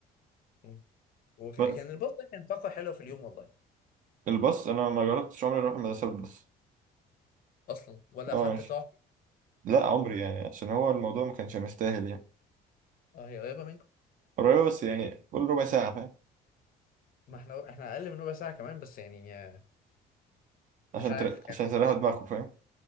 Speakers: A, on the left (about 55°); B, on the right (about 50°).
A: لوحدي وكان
B: بس
A: الباص ده كان طاقة حلوة في اليوم والله
B: الباص انا ما جربتش عمري اروح المدرسه بالباص
A: أصلا ولا
B: اه
A: أخدت
B: ماشي
A: طاقة
B: لا عمري يعني عشان هو الموضوع ما كانش مستاهل يعني
A: أه هي قريبة منكم
B: قريب بس يعني كل ربع ساعه فاهم
A: ما احنا احنا أقل من ربع ساعة كمان بس يعني آه،
B: عشان
A: مش عارف
B: تر...
A: كان
B: عشان تريحوا دماغكم فاهم